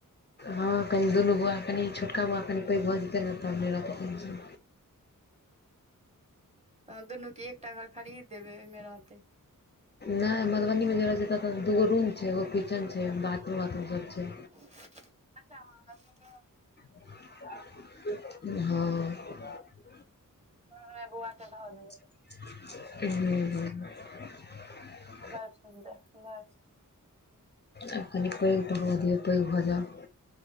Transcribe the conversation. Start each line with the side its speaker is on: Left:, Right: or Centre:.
Left: हँ कनि दुनू बौआ कनि छोटका बौआ कनि पैघ भऽ जेतै ने तब नहि रहतै टेंशन।
Right: तऽ दुनूके एकटा घर खरीद देबै ओहिमे रहतै।
Left: नहि मधुबनी मे जे रहे छै तऽ तऽ दूगो रूम छै एगो किचेन छै बाथरूम वाथरूम सब छै।
Right: <inaudible>
Left: हँ।
Right: हा बउवा के धऽ देैबे।
Left: हूँ।
Right: बड़ सुन्दर बड़ सु
Left: आब कनि पैघ तऽ होबे दियो पैघ भऽ जाउ।